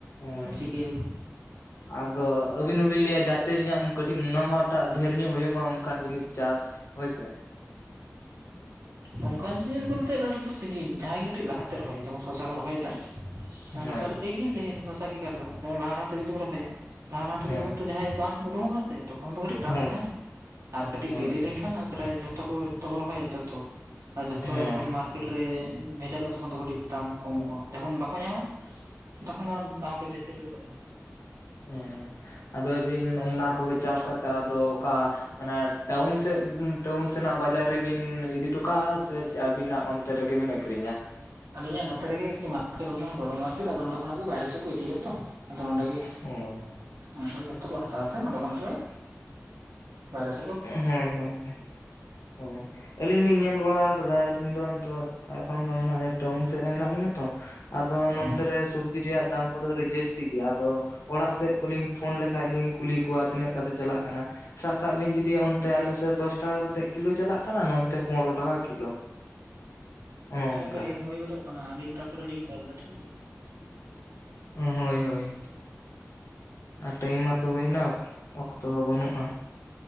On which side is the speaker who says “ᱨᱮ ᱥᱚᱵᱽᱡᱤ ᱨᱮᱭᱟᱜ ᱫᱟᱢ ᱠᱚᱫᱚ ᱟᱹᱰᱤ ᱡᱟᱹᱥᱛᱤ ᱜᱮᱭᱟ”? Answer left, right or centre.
Left